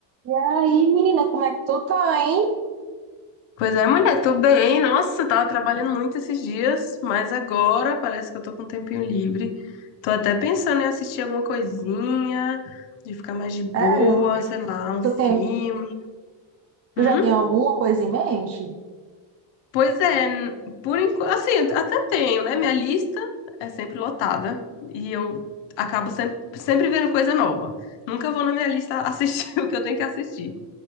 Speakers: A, on the right (about 30°); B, on the left (about 65°).
A: E aí, menina, como é que tu tá, hein?
B: Pois é, mulher, tô bem. Nossa, tava trabalhando muito esses dias, mas agora parece que eu tô com um tempinho livre. Tô até pensando em assistir alguma coisinha, de ficar mais de boa,
A: Sério?
B: sei lá, um
A: Tu tem,
B: filme.
A: tu
B: Hum?
A: já tem alguma coisa em mente?
B: Pois é, n- por enquanto, assim, até tenho, né? Minha lista é sempre lotada e eu acabo sempre, sempre vendo coisa nova. Nunca vou na minha lista assistir <laughs> o que eu tenho que assistir.